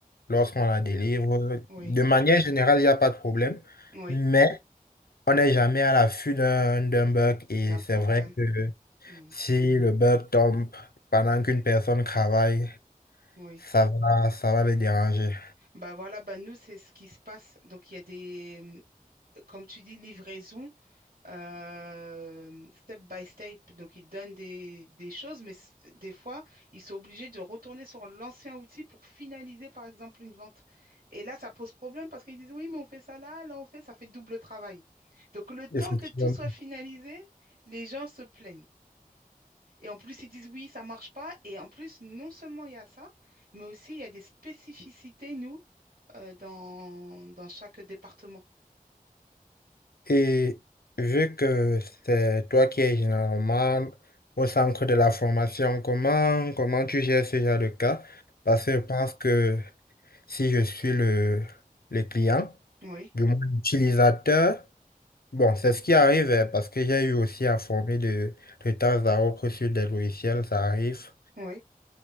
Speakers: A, on the left; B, on the right.
A: lorsqu'on la délivre.
B: oui,
A: De manière générale, il n'y a pas de problème,
B: oui.
A: mais on n'est jamais à l'affût d'un d'un bug et
B: D'un
A: c'est
B: problème.
A: vrai que
B: Hmm.
A: si le bug tombe pendant qu'une personne travaille,
B: Oui.
A: ça va, ça va le déranger.
B: Bah voilà, bah nous, c'est ce qui se passe. Donc, il y a des, euh, comme tu dis, livraison euh, step by step. Donc, ils donnent des, des choses, mais s- des fois, ils sont obligés de retourner sur l'ancien outil pour finaliser, par exemple, une vente. Et là, ça pose problème parce qu'ils disent, oui, mais on fait ça là, là, on fait, ça fait double travail. Donc, le temps
A: Effectivement.
B: que tout soit finalisé, les gens se plaignent. Et en plus, ils disent, oui, ça marche pas. Et en plus, non seulement il y a ça, mais aussi, il y a des spécificités, nous euh, dans, dans chaque département.
A: Et vu que c'est toi qui es généralement au centre de la formation, comment, comment tu gères ce genre de cas? Parce que je pense que si je suis le, le client,
B: Oui,
A: du moins l'utilisateur, Bon, c'est ce qui arrive euh, parce que j'ai eu aussi à former de, de temps à autre sur des logiciels, ça arrive.
B: oui.